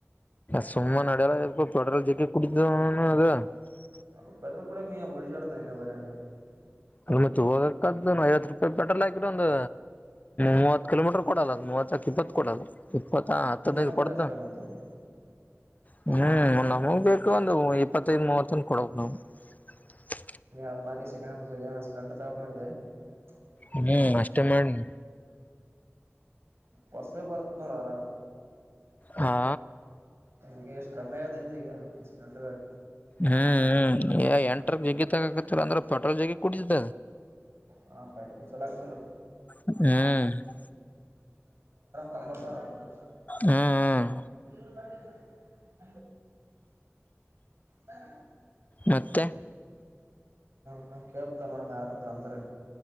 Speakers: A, on the left (about 35°); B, on the right (about 65°).
A: ಸುಮ್ಮನೆ ನಡಲ್ಲ ಇ ಚೋಟ್ರ ಜಕ್ಕೆ ಕುಡಿದಅವನೌನ ಅದ <unintelligible>
B: ಅ ಪೆಡಲ್ ಕೂಡ ಓಳ ಕಡತಾನಲ್ಲ ರಂಗ <unintelligible>
A: ಅ ಮತ್ ಹೋಗಕ್ಕದ ಐವತ್ತು ರೂಪಾಯಿ <unintelligible> ಪೆಟ್ರೋಲ್ ಹಾಕಿದ್ರೆ ಒಂದು ಮೂವತ್ತು ಕಿಲೋಮೀಟರ್ ಕೊಡಲ್ಲ ಅ ಮೂವತ್ತಕ ಇಪ್ಪತ್ತು ಕೊಡಲ್ಲ <unintelligible> ಇಪ್ಪತ್ತಾ
B: ಸ್ಕೂಟಿ
A: ಹತ್ತುದನೈದು
B: ಅಣ್ಣ ಬರ
A: ಕೊಡ್ದ
B: ಅಷ್ಟ ಮತ್ತವು
A: <unintelligible> ಹ್ಮ್ ನಮಗ್ ಬೇಕು ಒಂದು ಇಪ್ಪತ್ತೈದ ಮೂವತ್ತಂದ ಕೊಡಕ್ ನಾವ್ <unintelligible>
B: ನೀ ಅ ಮಾರಿ ಸೆಕೆಂಡ್ ಸ್ಪಂಟ್ ತಗಕ್ಬೇಕಂತ ಮಾಡಿದೆ <unintelligible>
A: ಹ್ಮ್ ಅಷ್ಟೇ ಮಾಡಿನಿ
B: ಹೊಸದೆ ಬರತ್ ನೋಡ ಆರಾ
A: ಹಾ
B: ಈಗ ಎಷ್ಟು ಕಮ್ಮಿ ಆಗದನ್ ಈಗ ಎಷ್ಟು ಗಂ
A: ಹ್ಮ್್ಮ್ ಎಂಟ ಜಿಗ್ಗಿ ತಗಕತಿ ಅಂದ್ರ ಹಟಲ್ಗೆ ಕುಡತ
B: ಹ ಪೆಟ್ರೋಲ್ ಚಲ ಆಗ್ತ ನೋಡ
A: ಹ್ಮ್ ಹ
B: ಕಂಬಸರ ಇ
A: ಹ್ಮ್
B: ಬಟ್ಟ ಹ ಹ
A: ಮತ್ತೆ
B: ಹಾಂ ಕೇಳ್ತಾ ನೋಡಣ ಯಾರ ಅಂತ ಅಂತಾರೆ